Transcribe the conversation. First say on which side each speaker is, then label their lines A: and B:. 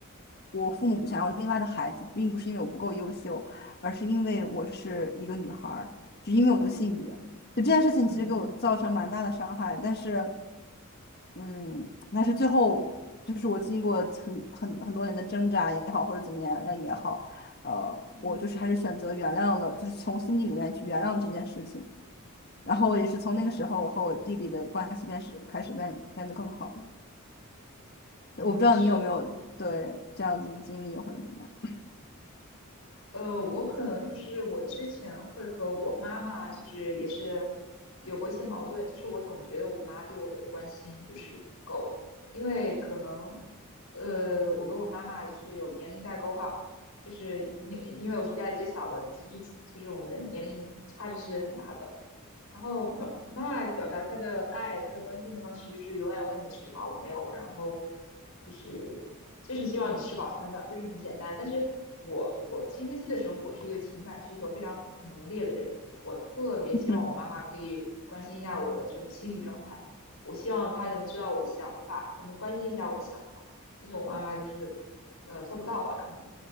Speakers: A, on the left; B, on the left.
A: 我父母想要另外的孩子，并不是因为我不够优秀，而是因为我是一个女孩儿，
B: 嗯嗯
A: 只因为我的性别。
B: 嗯
A: 就这件事情其实给我造成蛮大的伤害，
B: 嗯
A: 但是，嗯，但是最后就是我经过很很很多年的挣扎也好，或者怎么样也好，呃，我就是还是选择原谅了，
B: 嗯
A: 就是从心底里面去原谅这件事情。然后也是从那个时候，
B: 嗯
A: 我和我弟弟的关系开是开始变变得更好了。
B: 嗯，
A: 我不知道你有没有对这样子的经历或者怎么样。
B: 是的。呃，我可能就是我之前会和我妈妈就是也是有过一些矛盾，就是我总觉得我妈对我的关心就是不够，因为可能呃我跟我妈妈就是有年龄代沟吧，就是 <laughs> 因为我是家里最小的，其实就是我们年龄差距是很大的。然后妈妈妈表达她的爱、她的关心的方式，就是永远问你吃饱了没有，然后就是就是希望你吃饱穿暖，就是很简单。但是我我青春期的时候，我是一个情感需求非常浓烈的人，我特别希望我妈妈可以关心一下我的这种心理状态，
A: 嗯
B: 我希望她能知道我的想法，她能关心一下我的想法。但是我妈妈就是呃做不到吧，可能。